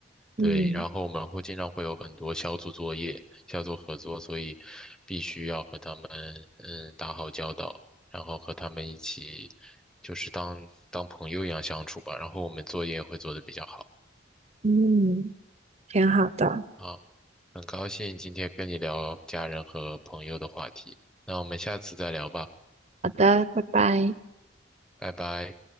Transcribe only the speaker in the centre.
对，然后我们会经常会有很多小组作业、小组合作，所以必须要和他们嗯打好交道，然后和他们一起就是当当朋友一样相处吧。然后我们作业会做得比较好。
好，很高兴今天跟你聊家人和朋友的话题，那我们下次再聊吧，
拜拜。